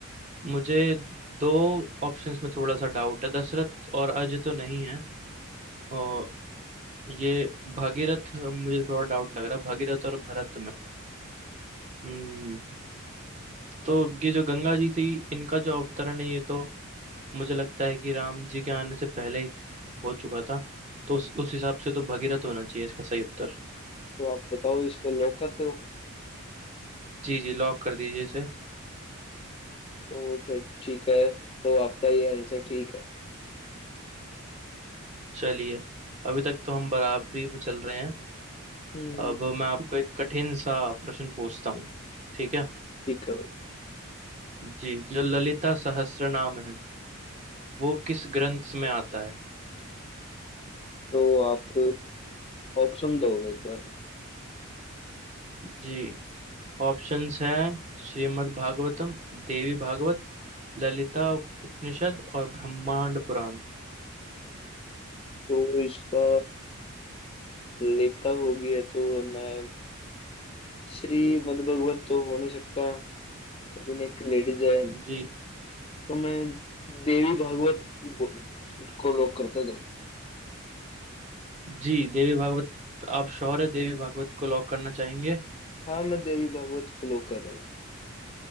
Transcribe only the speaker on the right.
मुझे दो ऑप्शंस में थोड़ा सा डाउट है दशरथ और अजय तो नहीं है और ये भागीरथ मुझे थोड़ा डाउट लग रहा है भागीरथ और भरत में हम्म तो ये जो गंगा जी से ही इनका जो अवतरण है ये तो मुझे लगता है कि राम जी के आने से पहले ही हो चुका था तो उस, उस हिसाब से तो भगीरथ होना चाहिए इसका सही उत्तर
जी जी लॉक कर दीजिए इसे
चलिए अभी तक तो हम बराबरी पे चल रहे हैं
अब मैं आपको एक कठिन सा प्रश्न पूछता हूँ ठीक है
जी जो ललिता सहस्त्रनाम है वो किस ग्रंथ में आता है
जी ऑप्शंस हैं श्रीमद् भागवतम देवी भागवत ललिता उपनिषद और ब्रह्मांड पुराण
जी
जी देवी भागवत आप श्योर है देवी भागवत को लॉक करना चाहेंगे